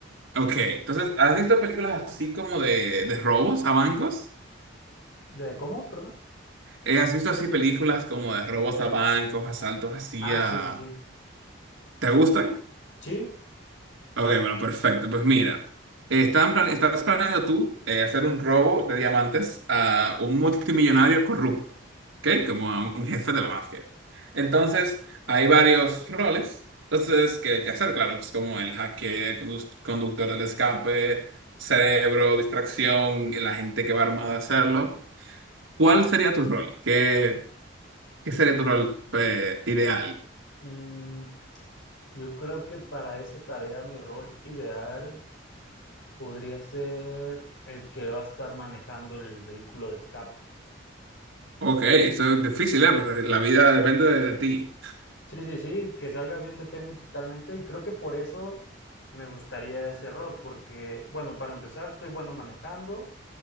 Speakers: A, on the right; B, on the left.
A: Ok. Entonces, ¿has visto películas así como de, de robos a bancos?
B: ¿De cómo? Perdón.
A: Eh, ¿has visto así películas como de robos a bancos, asaltos así
B: Ah,
A: a...
B: sí, sí, sí.
A: ¿Te gustan?
B: Sí.
A: Ok, bueno, perfecto. Pues mira, están plan- estás planeando tú eh, hacer un robo de diamantes a un multimillonario corrupto, ¿ok? Como a
B: ujú.
A: un jefe de la mafia. Entonces, hay varios roles. Entonces, ¿qué hay que hacer? Claro, pues como el hacker, condus- conductor del escape, cerebro, distracción, la gente que va armada a hacerlo. ¿Cuál sería tu rol? ¿Qué, qué sería tu rol eh, ideal?
B: Mm, Yo creo que para esa tarea mi rol ideal podría ser el que va a estar manejando el vehículo de escape.
A: Ok, eso es difícil, ¿eh? Pero la vida depende de de ti.
B: Sí, sí, sí, que salga bien depende totalmente y creo que por eso me gustaría ese rol, porque bueno, para empezar, soy bueno manejando